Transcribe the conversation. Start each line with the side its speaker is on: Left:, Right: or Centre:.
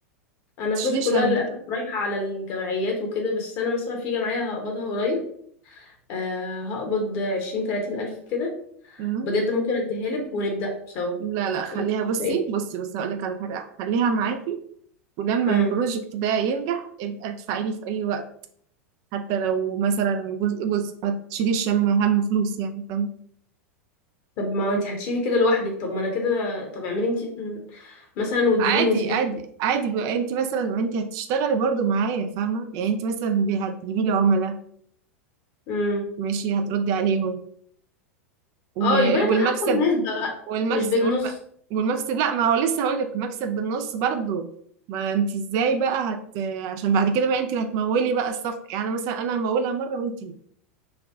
Left: انا
Right: متشيليش
Left: فلوسي كلها
Right: هم
Left: للاسف رايحه على الجمعيات وكده بس انا مثلا في جمعيه هقبضها قريب آه، هقبض عشرين تلاتين الف كده
Right: مم.
Left: بجد ممكن اديها لك ونبدا سوا
Right: لا لا خليها
Left: انت شايفه
Right: بصي
Left: ايه
Right: بصي بصي هقولك على حاجة خليها معاكي ولما
Left: امم
Right: البروجكت ده ينجح ابقى ادفعي لي في اي وقت حتى لو مثلا جزء جزء ما تشيليش هم هم فلوس يعني فاهم
Left: طب ما انت هتشيلي كده لوحدك طب ما انا كده طب اعملي انت مم. مثلا واديلي
Right: عادي
Left: نسبتك
Right: عادي عادي بقى انت مثلا ما انت هتشتغلي برضو معايا فاهمه يعني انت مثلا بي- هتجيبي لي عملاء
Left: امم
Right: ماشي هتردي عليهم و...
Left: اه يبقى انا كده
Right: والمكسب
Left: هاخد نسبه بقى
Right: والمكسب
Left: مش بالنص
Right: والم... والمكسب لا ما هو لسه هقول لك المكسب بالنص برضو ما انت ازاي بقى هت عشان بعد كده بقى انت اللي هتمولي بقى الصفحه يعني مثلا انا همولها مره وانت